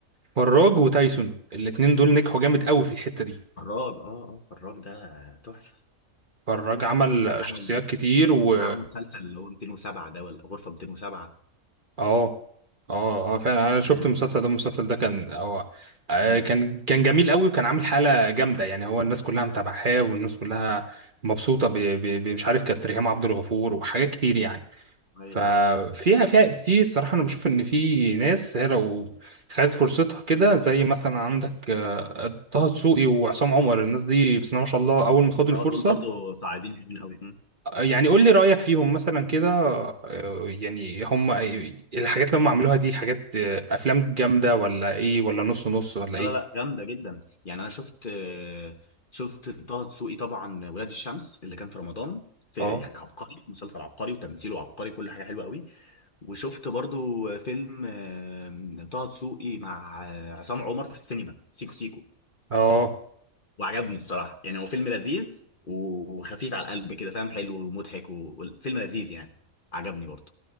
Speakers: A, on the right; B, on the left.
A: فراج وتايسون الاتنين دول نجحوا جامد قوي في الحتة دي
B: فراج اه اه فراج ده تحفه
A: فراج عمل
B: عامل
A: شخصيات كتير و
B: كان عامل مسلسل اللي هو 207 ده ولا غرفه 207
A: اه اه اه فعلا انا شفت
B: كان حلو
A: المسلسل
B: قوي.
A: ده المسلسل ده كان هو آه،
B: أمم.
A: كان كان جميل قوي وكان عامل حاله جامده يعني هو الناس كلها متابعاه والناس كلها مبسوطه ب- ب- ب- مش عارف كانت ريهام عبد الغفور وحاجات كتير يعني
B: ايوه
A: ففيها
B: أيوة.
A: فيها في الصراحه انا بشوف ان في ناس هي لو خدت فرصتها كده زي مثلا عندك آه، طه دسوقي وعصام عمر الناس دي بسم الله ما شاء الله اول ما خدوا الفرصه
B: اه دول برضو صاعدين حلوين قوي
A: يعني قول لي رأيك فيهم مثلا كده آه، يعني هم الحاجات اللي هم عملوها دي حاجات آه، أفلام جامدة ولا إيه ولا نص نص ولا
B: لا
A: إيه؟
B: لا لا جامده جدا يعني انا شفت شفت طه دسوقي طبعا ولاد الشمس اللي كان في رمضان في
A: أه
B: يعني عبقري مسلسل عبقري وتمثيله عبقري كل حاجه حلوه قوي وشفت برضو فيلم آه، طه دسوقي مع آه، عصام عمر في السينما سيكو سيكو
A: أه
B: وعجبني بصراحه يعني هو فيلم لذيذ وخفيف على القلب كده فاهم حلو ومضحك و- وفيلم لذيذ يعني عجبني برضو